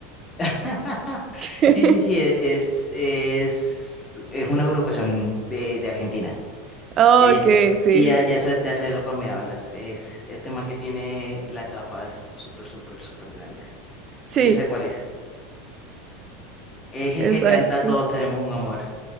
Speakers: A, on the left (about 25°); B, on the right (about 40°).
A: <laughs>
B: <laughs>
A: Sí, sí, sí, e- es, es, es una agrupación de, de Argentina.
B: Ok,
A: Ya, ya sé.
B: sí.
A: Sí, ya, ya sé, ya sé de lo que me hablas. Es este man que tiene las gafas súper, súper, súper grandes.
B: Sí,
A: Sí, yo sé cuál es. Es el
B: exacto.
A: que canta Todos tenemos un amor.